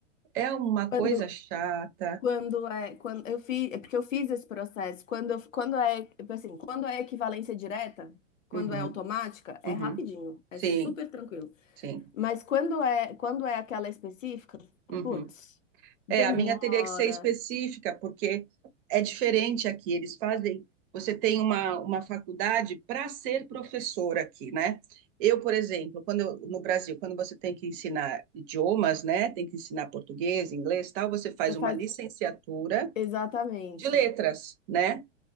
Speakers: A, on the right; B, on the left.
A: é uma
B: Quando,
A: coisa chata.
B: Quando é, quando eu fiz, é porque eu fiz esse processo. Quando, eu- quando é, assim, quando é equivalência direta, quando
A: Uhum,
B: é automática, é
A: uhum.
B: rapidinho, é
A: Sim,
B: super tranquilo.
A: sim.
B: Mas quando é, quando é aquela específica,
A: uhum.
B: putz, demora.
A: É, a minha teria que ser específica, porque é diferente aqui. Eles fazem. Você tem uma, uma faculdade para ser professor aqui, né? Eu, por exemplo, quando eu- no Brasil, quando você tem que ensinar idiomas, né? Tem que ensinar português, inglês, tal, você faz
B: Você faz
A: uma licenciatura
B: exatamente.
A: de letras, né?